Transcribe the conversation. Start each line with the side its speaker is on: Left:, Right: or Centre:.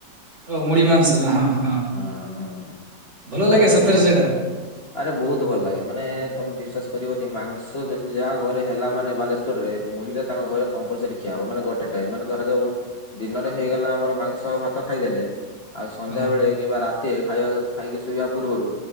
Right: ଓ ମୁଢି ମାଂସ ହଁ ହଁ।
Left: ହଁ ହଁ
Right: ଭଲ
Left: ଏଟା
Right: ଲାଗେ
Left: ଭାରି
Right: ସତରେ
Left: ଫେମସ୍।
Right: ସେଇଟା
Left: ଆରେ ବହୁତ ଭଲ ଲାଗେ ମାନେ ତମେ ବିଶ୍ୱାସ କରିବନି ମାଂସ ଯଦି ଯାହା ଘରେ ହେଲା ମାନେ ବାଲେଶ ଶ୍ୱରରେ ମୁଢିଟା ତାଙ୍କ ଘରେ କମ୍ପଲ୍ସରୀ ଖିଆହବ ମାନେ ଗୋଟେ ଟାଇମ୍ ମାନେ ଧରାଯାଉ ଦିନରେ ହେଇଗଲା ଆମର ମାଂସ ଆଉ ଭାତ ଖାଇଦେଲେ ଆଉ ସନ୍ଧ୍ୟା
Right: ହଁ
Left: ବେଳେ କିମ୍ବା ରାତିରେ ଖାଇବାକୁ ଖାଇକି ଶୋଇବା ପୂର୍ବରୁ